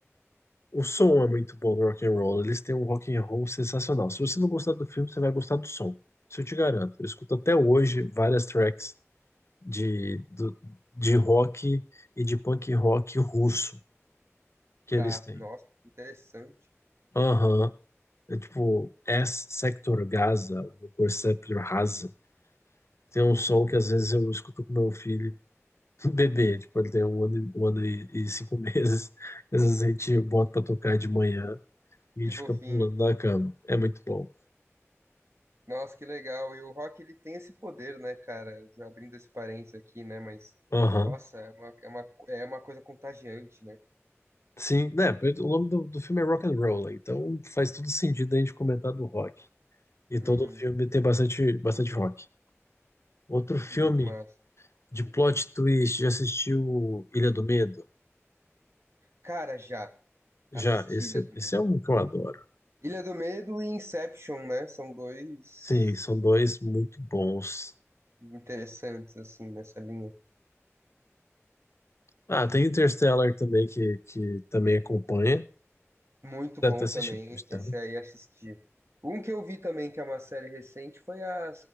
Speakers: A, on the left; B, on the right.
A: O som é muito bom do rock and roll. Eles têm um rock and roll sensacional. Se você não gostar do filme, você vai gostar do som. Isso eu te garanto. Eu escuto até hoje várias tracks de, do- de rock e de punk rock russo que
B: Tá,
A: eles têm.
B: nossa, interessante.
A: Aham. É tipo S Sector Gaza, o Perceptor Rasa. Tem um som que às vezes eu escuto com meu filho <laughs> bebê. Tipo, ele tem um ano, e- um ano e, e cinco <laughs> meses. Às vezes a gente bota pra tocar de manhã e a gente
B: Que fofinho.
A: fica pulando na cama. É muito bom.
B: Nossa, que legal. E o rock, ele tem esse poder, né, cara? Abrindo esse parênteses aqui, né? Mas,
A: Aham.
B: nossa, é uma, é uma, é uma coisa contagiante, né?
A: Sim, né? pois O nome do, do filme é Rock and Roll, né, então faz todo sentido a gente comentar do rock. E todo
B: Uhum,
A: filme tem bastante, bastante rock. Outro filme
B: muito massa.
A: de plot twist, já assistiu Ilha do Medo?
B: Cara, já
A: Já,
B: assisti
A: esse,
B: Ilha do Medo.
A: esse é um que eu adoro.
B: Ilha do Medo e Inception, né? São dois
A: Sim, são dois muito bons.
B: interessantes, assim, nessa linha.
A: Ah, tem Interstellar também, que, que também acompanha.
B: Muito bom
A: Deve ter assistido
B: também,
A: Interstellar.
B: esse aí assisti. Um que eu vi também, que é uma série recente, foi a,